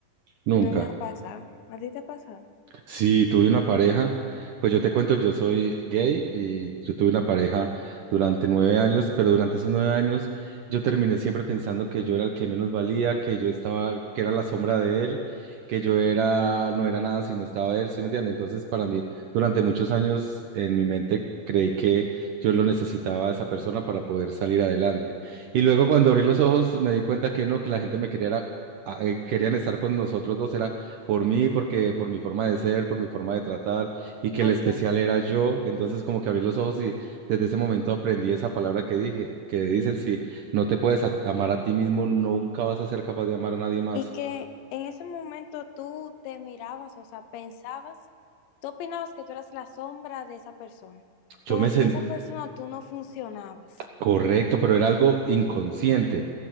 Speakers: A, on the right (about 70°); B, on the left (about 85°).
A: Nunca.
B: No me ha pasado. ¿A ti te ha pasado?
A: Sí, tuve una pareja, pues yo te cuento, yo soy gay y yo tuve una pareja durante nueve años, pero durante esos nueve años yo terminé siempre pensando que yo era el que menos valía, que yo estaba, que era la sombra de él, que yo era, no era nada si no estaba él, ¿sí me entiendes? Entonces para mí, durante muchos años en mi mente creí que yo lo necesitaba a esa persona para poder salir adelante. Y luego cuando abrí los ojos me di cuenta que no, que la gente me quería, era- a- eh, querían estar con nosotros dos, era por mí, porque por mi forma de ser, por mi forma de tratar, y que
B: Ok.
A: el especial era yo. Entonces, como que abrí los ojos y desde ese momento aprendí esa palabra que dije, que dicen, si no te puedes a- amar a ti mismo, nunca vas a ser capaz de amar a nadie más.
B: Y que en ese momento tú te mirabas, o sea, pensabas, tú opinabas que tú eras la sombra de esa persona,
A: Yo
B: como
A: me sentí...
B: si en esa persona tú no funcionabas.
A: Correcto, pero era algo inconsciente.